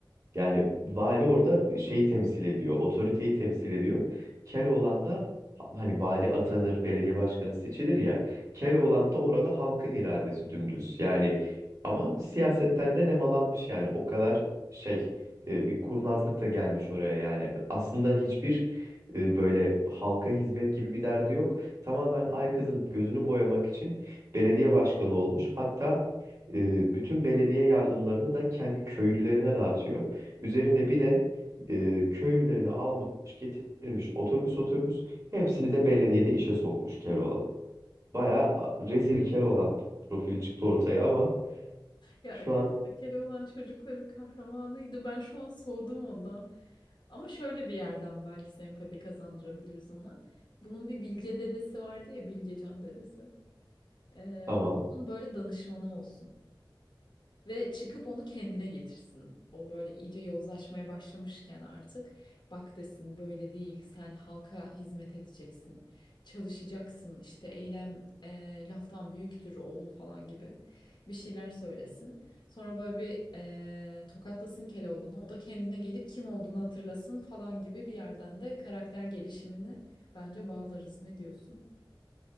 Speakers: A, on the right; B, on the left.
A: Yani vali orada şeyi temsil ediyor, otoriteyi temsil ediyor. Keloğlan da hani vali atanır, belediye başkanı seçilir ya. Keloğlan da orada halkın iradesi dümdüz. Yani ama siyasetten de nemalanmış yani o kadar şey e, bir kurnazlıkla gelmiş oraya yani. Aslında hiçbir e, böyle halka hizmet gibi bir derdi yok. Tamamen ay kızın gözünü boyamak için belediye başkanı olmuş. Hatta e, bütün belediye yardımlarını da kendi köylülerine dağıtıyor. Üzerinde bir de e, köylülerini almış getirmiş otobüs otobüs hepsini de belediyede işe sokmuş Keloğlan. Bayağı a- rezil Keloğlan profili çıktı ortaya ama
B: Ya
A: şu
B: evet
A: an
B: ya Keloğlan çocukların kahramanıydı. Ben şu an soğudum ondan. Ama şöyle bir yerden belki sempati kazandırabiliriz ona. Bunun bir Bilge dedesi vardı ya Bilgecan dedesi. Ee,
A: tamam
B: onun böyle danışmanı olsun. Ve çıkıp onu kendine getirsin. O böyle iyice yozlaşmaya başlamışken artık bak desin böyle değil sen halka hizmet edeceksin. Çalışacaksın işte eylem eee, laftan büyüktür oğul falan gibi bir şeyler söylesin. Sonra böyle bir eee tokatlasın Keloğlan'ı o da kendine gelip kim olduğunu hatırlasın falan gibi bir yerden de karakter gelişimini bence bağlarız. Ne diyorsun?